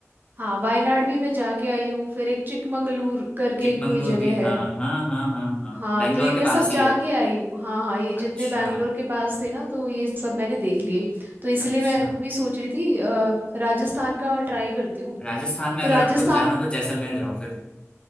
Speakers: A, on the right (about 40°); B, on the left (about 20°).
A: हाँ वायनाड भी मैं जाके आई हूँ फिर एक चिकमंगलूर करके
B: चिकमंगलूर
A: कोई जगह
B: भी हाँ
A: है
B: हाँ हाँ हाँ हाँ
A: हाँ
B: बेंगलोर
A: तो ये
B: के
A: मैं सब
B: पास
A: जाके
B: ही है
A: आई हूँ हाँ हाँ ये
B: अच्छा
A: जितने बैंगलोर के पास थे ना तो ये सब मैंने देख लिए तो इसलिए
B: अच्छा
A: मैं अभी सोच रही थी अ, राजस्थान का ट्राई करती हूँ
B: राजस्थान में
A: तो
B: अगर
A: राजस्थान
B: आपको जाना हो तो जैसलमेर जाओ फिर